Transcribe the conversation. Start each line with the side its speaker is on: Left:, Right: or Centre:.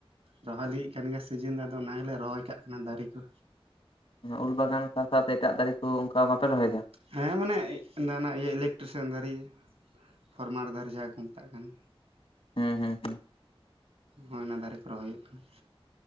Right: ᱨᱚᱦᱚᱭ ᱞᱟᱹᱜᱤᱫ ᱠᱟᱱ ᱜᱮᱭᱟ ᱥᱤᱡᱤᱱ ᱫᱚ ᱟᱫᱚ ᱚᱱᱟ ᱜᱮᱞᱮ ᱨᱚᱦᱚᱭ ᱠᱟᱜ ᱠᱟᱱᱟ ᱫᱟᱨᱮ ᱠᱚ
Left: ᱩᱞ ᱵᱟᱜᱟᱱ ᱥᱟᱶ ᱥᱟᱶᱛᱮ ᱮᱴᱟᱜ ᱫᱟᱨᱮ ᱠᱚ ᱚᱱᱠᱟ ᱵᱟᱯᱮ ᱨᱚᱦᱚᱭ ᱫᱟ?
Right: ᱦᱮᱸ ᱢᱟᱱᱮ ᱤᱭᱟᱹ ᱤᱞᱮᱠᱴᱨᱤᱥᱤᱭᱟᱱ ᱫᱟᱨᱮ ᱯᱷᱚᱨᱢᱟᱨ ᱫᱟᱨᱮ ᱡᱟᱦᱟᱸ ᱠᱚ ᱢᱮᱛᱟᱜ ᱠᱟᱱᱟ
Left: ᱦᱮᱸ ᱦᱮᱸ ᱦᱮᱸ
Right: ᱦᱳᱭ ᱚᱱᱟ ᱫᱟᱨᱮ ᱠᱚ ᱨᱚᱦᱚᱭ ᱦᱩᱭᱩᱜ ᱠᱟᱱᱟ